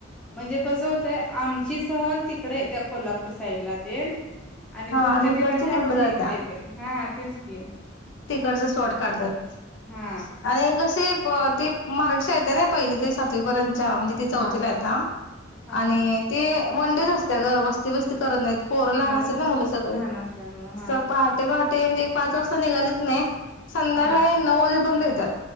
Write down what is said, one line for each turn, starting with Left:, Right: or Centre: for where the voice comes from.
Centre: म्हणजे कस होतय आमची सहल तिक इकडे त्या कोल्हापूर साईड ला तेन आणि
Left: हा
Centre: तुमच्या
Left: इकडची
Centre: तिकडची आमच्या
Left: तिकड जात्या
Centre: इकडे येतील हा तेच की
Left: तिकडचं शॉर्ट काढतात
Centre: हा
Left: आणिे कशी प ते मराठी शाळेत आहेत नाय पहिले ते सातवीपर्यंत हा म्हणजे ते चौथीला
Centre: हा
Left: येत आणि
Centre: हा
Left: ते वन डेज असत्या ग वस्ती बिस्ती करत नाहीत. पोरं लहान
Centre: हा
Left: असत्यात
Centre: ल
Left: ना मुलं सगळी
Centre: लहान असल्यामुळं हा
Left: सग पहाटे पहा ते म्हणजे पाच वाजता निघालेच नाही संध्याकाळी
Centre: हा
Left: नऊ वाजेपर्यंत येतात.